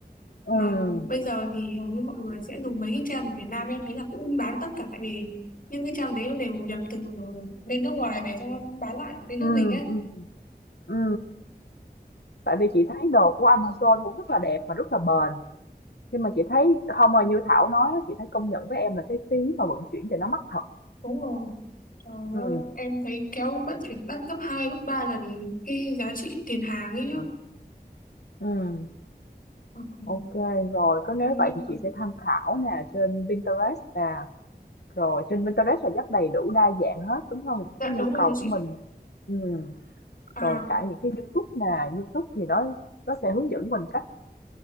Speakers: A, on the left; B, on the left.
A: ừ
B: mà bây giờ thì hầu như mọi người sẽ dùng mấy cái trang ở Việt Nam em thấy là cũng bán tất cả tại vì những cái trang đấy nó đều nhập từ bên nước ngoài về xong nó bán lại ở bên
A: ừ
B: nước mình á
A: ừ ừ Tại vì chị thấy đồ của Amazon cũng rất là đẹp mà rất là bền. Nhưng mà chị thấy không mà như Thảo nói á, chị thấy công nhận với em là cái phí mà vận chuyển thì nó mắc thật.
B: đúng rồi trời
A: ừ
B: ơi em thấy kéo vận chuyển đắt gấp 2 gấp 3 lần cái giá trị tiền hàng ấy chứ
A: ừ
B: Ừ,
A: Ok rồi, có nếu
B: em-
A: vậy
B: em-
A: thì chị sẽ tham khảo nè trên Pinterest nè Rồi trên Pinterest là rất đầy đủ đa dạng hết, đúng không
B: dạ
A: Cái nhu
B: đúng rồi
A: cầu
B: đấy chị
A: của mình ừm,
B: à
A: rồi cả những cái YouTube nè, YouTube thì nó nó sẽ hướng dẫn mình cách